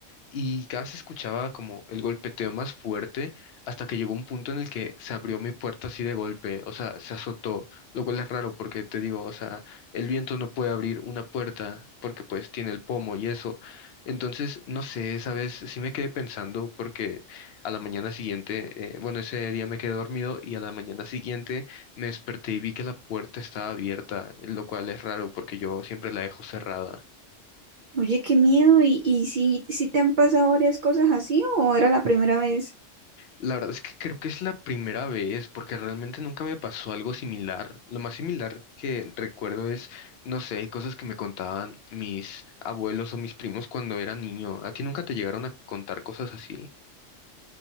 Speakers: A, on the left; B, on the right.
A: y cada vez escuchaba como el golpeteo más fuerte hasta que llegó un punto en el que se abrió mi puerta así de golpe, o sea, se azotó, lo cual es raro porque te digo, o sea, el viento no puede abrir una puerta porque pues tiene el pomo y eso. Entonces, no sé, esa vez sí me quedé pensando porque a la mañana siguiente, eh, bueno, ese día me quedé dormido y a la mañana siguiente me desperté y vi que la puerta estaba abierta, lo cual es raro porque yo siempre la dejo cerrada.
B: Oye, qué miedo, ¿y, y si, si te han pasado varias cosas así o era la primera vez?
A: La verdad es que creo que es la primera vez, porque realmente nunca me pasó algo similar. Lo más similar que recuerdo es, no sé, cosas que me contaban mis abuelos o mis primos cuando era niño. ¿A ti nunca te llegaron a contar cosas así?